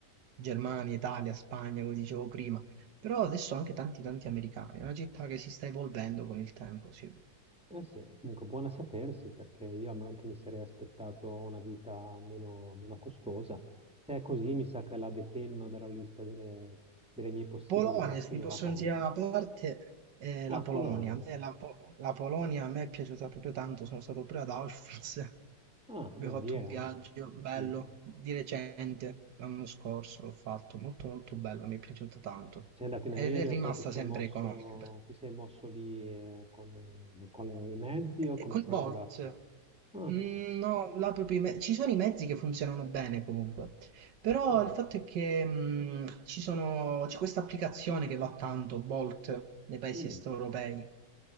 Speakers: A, on the right (about 80°); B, in the centre.
A: Germania, Italia, Spagna, come dicevo prima, però adesso anche tanti, tanti americani. È una città che si sta evolvendo con il tempo, sì.
B: Eh sì, comunque buona sapersi perché io am- anche mi sarei aspettato una vita meno, meno costosa. Se è così, mi sa che la depenno dalla lista delle, delle mie possibili
A: Polonia,
B: prossime
A: se ti possono
B: vacanze.
A: tirare una parte, è
B: Ah,
A: la Polonia.
B: Polonia.
A: A me la, Po- la Polonia a me è piaciuta proprio tanto, sono stato pure ad Auschwitz,
B: Ah,
A: abbiamo
B: beh, lì
A: fatto
B: è...
A: un viaggio bello,
B: mm,
A: di recente, l'anno scorso l'ho fatto, molto molto bello, mi è piaciuta tanto.
B: Sei andato in
A: Ed
B: aereo
A: è rimasta
B: e poi ti sei
A: sempre
B: mosso,
A: economica.
B: ti sei mosso lì eh, con, eh, con le- i mezzi o
A: Eh,
B: come
A: Con
B: sei
A: Bolt,
B: arrivato? Ah,
A: Mm, no, là proprio i me- ci sono i mezzi che funzionano bene comunque, però
B: mm,
A: il fatto è che mm, ci sono- c'è questa applicazione che va tanto, Bolt, nei paesi
B: mm,
A: est europei,